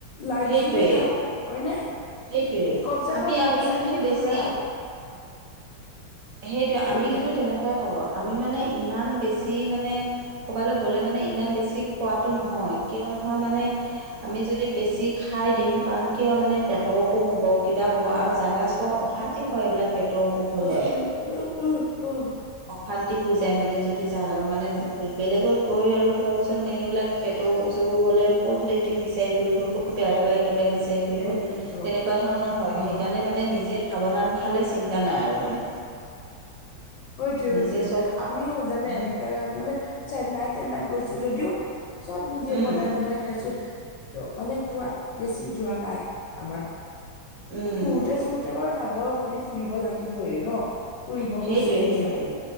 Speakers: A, on the left; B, on the right.
A: লাইট
B: সেইটোৱেই
A: ফুডে খাও হয়নে,
B: সেইটোৱেই
A: কম চে
B: আমি
A: কম পইচা
B: আমি কিন্তু
A: খিনি
B: বেছি
A: ফুৰা
B: সেইটোৱে আমি
A: উম
B: কিন্তু তেনেক সেয়াই কৰোঁ আমি মানে ইমান বেছি মানে ক'ৰবালৈ গ'লে মানে ইমান বেছি খোৱাটো নহয় কিয় নহয় মানে ই ই ই আ আমি যদি বেছি খাই দিওঁ কাৰণ কিয় মানে পেটৰ অসুখ হ'ব কিবা হ'ব আৰু জেগা চোৱা অশান্তি হয় এইবিলাক পেটৰ অসুখ হ'লে
A: উহ খালি উ উ উ।
B: অশান্তি হৈ যায় মানে যদি জা মানে বেলেগত গৈ আৰু ধৰকচোন এইবিলাক পেটৰ অসুখ-চখুস হ'লে ক'ত লেট্ৰিন বিচাৰি ফুৰিব। বাৰে বাৰে কিবা বিচাৰি ফুৰিব
A: সেইটোৱেতো
B: তেনেকুৱা ধৰণৰ হয়
A: অ
B: সেইকাৰণে মানে নিজে সাৱধান খালে চিন্তা নাই আৰু মানে
A: অ এইটোৱে
B: নিজে
A: এইটোৱে
B: চব সা
A: আহ্ আমিও জানে
B: সেই
A: এনেকে মানে চেন্নাইত-টেন্নাইত গৈছো যদিও চব নিজে
B: উম,
A: বনাই বনাই খাইছো ইহ। ত মানে খোৱাত বেছি যোৱা নাই আমাৰ।
B: উম,
A: টু ফুুৰোতে-চুৰোতে বাৰু যাব সেইখিনি ফুৰিব লাগিবয়ে ন ফুৰিব
B: সেইটোৱে,
A: গৈছো যেতিয়া
B: সেইটোৱে